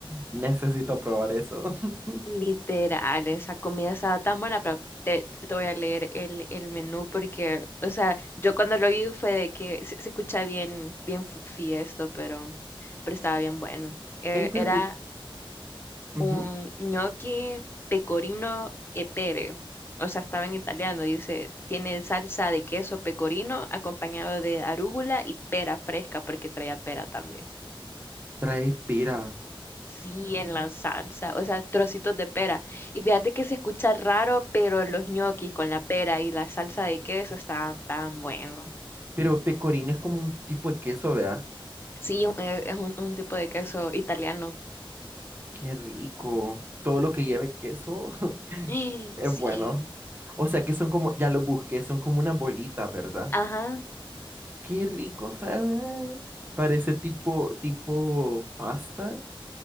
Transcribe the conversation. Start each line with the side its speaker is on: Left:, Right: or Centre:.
Right: necesito probar eso. <laughs>
Left: literales. Esa comida estaba tan buena, pero te, te voy a leer el, el menú porque, o sea, yo cuando lo vi fue de que se, se escucha bien, bien fufi esto, pero, pero estaba bien bueno. Eh,
Right: Ey, pero
Left: era
Right: que ujú,
Left: un gnocchi pecorino e pere. O sea, estaba en italiano, dice, tiene salsa de queso pecorino acompañado de arúgula y pera fresca, porque traía pera también.
Right: trae pera.
Left: Sí, en la salsa, o sea, trocitos de pera. Y fíjate que se escucha raro, pero los ñoquis con la pera y la salsa de queso está tan bueno.
Right: Pero pecorino es como un tipo de queso, ¿verdad?
Left: Sí, eh, es un, un tipo de queso italiano.
Right: Qué rico. Todo lo que lleve queso <laughs>
Left: <gasps>
Right: es
Left: Sí,
Right: bueno. O sea que son como, ya lo busqué, son como una bolita, ¿verdad?
Left: ajá,
Right: Qué rico se ve. Parece tipo, tipo pasta.